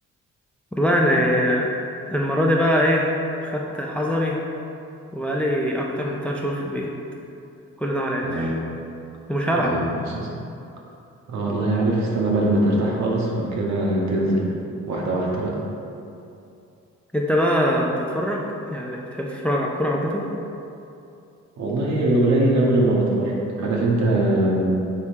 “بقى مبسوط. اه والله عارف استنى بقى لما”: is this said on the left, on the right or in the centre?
Right